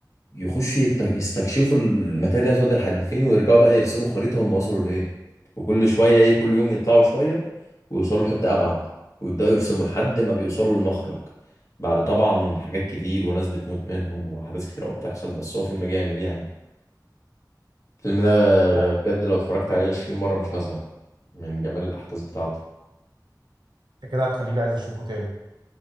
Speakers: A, on the left; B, on the right.
A: يخش يكت- يستكشفوا المتاهه دي هتودي لحد فين ويرجعوا بقى يرسموا خريطه هم وصلوا لايه وكل شويه ايه كل يوم يطلعوا شويه ويوصلوا لحته ابعد ويبداوا يرسموا لحد ما بيوصلوا للمخرج بعد طبعا حاجات كتير وناس بتموت منهم واحداث كتير قوي بتحصل بس هو فيلم جامد يعني الفيلم ده
B: آه،
A: بجد لو اتفرجت عليه 20 مرة مش هزهق من جمال الأحداث بتاعته
B: انت كده هتخليني عايز اشوفه تاني